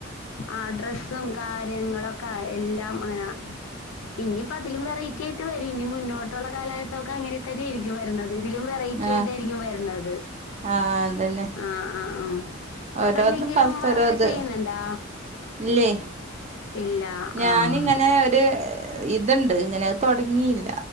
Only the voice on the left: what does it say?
ആഹ് ഡ്രസ്സും കാര്യങ്ങളൊ ക്കായെല്ലാം അങ്ങനെ. ഇനിയിപ്പോ അതിലും വെറൈറ്റി ആയിട്ട് വരും ഇനി മുന്നോട്ടുള്ള കാലഘട്ടമൊക്കെ അങ്ങനെ തന്നെയായിരിക്കും വര്ണ ഇതിലും വെറൈറ്റി
ആയിട്ടായിരിക്കും വര്നത്
ആഹ് ആഹ് ആഹ് ഇത്താത്തെന്തെങ്കിലും
വർക്ക്
ചെയ്യുന്നുണ്ടാ?
ഇല്ല
ആഹ്